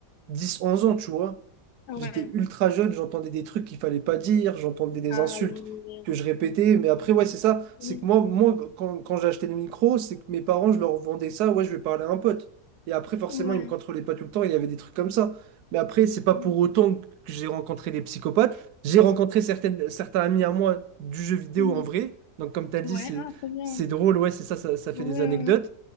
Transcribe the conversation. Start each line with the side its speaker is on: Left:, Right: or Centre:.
Right: 10-11 ans, tu vois.
Left: Ouais.
Right: J'étais ultra jeune, j'entendais des trucs qu'il fallait pas dire, j'entendais des
Left: Ah
Right: insultes
Left: oui, oui,
Right: que je répétais. Mais après, ouais, c'est ça.
Left: oui.
Right: C'est que moi, moi quand, quand j'ai acheté le micro, c'est que mes parents, je leur vendais ça. Ouais, je vais parler à un pote. Et après, forcément,
Left: Oui, ouais.
Right: ils me contrôlaient pas tout le temps. Il y avait des trucs comme ça. Mais après, c'est pas
Left: oui,
Right: pour autant que j'ai rencontré des psychopathes. J'ai rencontré certaines, certains amis à moi du jeu vidéo
Left: mhm.
Right: en vrai. Donc, comme tu as dit,
Left: Ouais,
Right: c'est,
Left: ah, trop bien.
Right: c'est drôle. Ouais, c'est ça, ça, ça
Left: Ouais,
Right: fait des anecdotes.
Left: ouais, ouais.